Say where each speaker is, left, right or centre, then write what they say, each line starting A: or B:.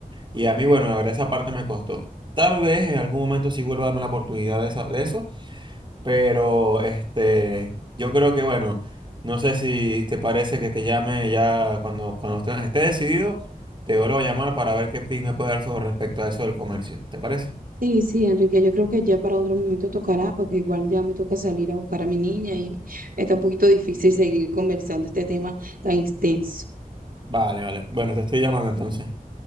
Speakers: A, on the right; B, on the right.
A: Y a mí, bueno, la verdad esa parte me costó. Tal vez en algún momento sí vuelva a darme la oportunidad de, esa- de eso, pero este, yo creo que, bueno, no sé si te parece que te llame ya cuando, cuando esté, esté decidido, te vuelvo a llamar para ver qué tips me puedes dar sobre respecto a eso del comercio. ¿Te parece?
B: Sí, sí, Enrique, yo creo que ya para otro momento tocará, porque igual ya me toca salir a buscar a mi niña y está un poquito difícil seguir conversando este tema tan extenso.
A: Vale, vale. Bueno, te estoy llamando entonces.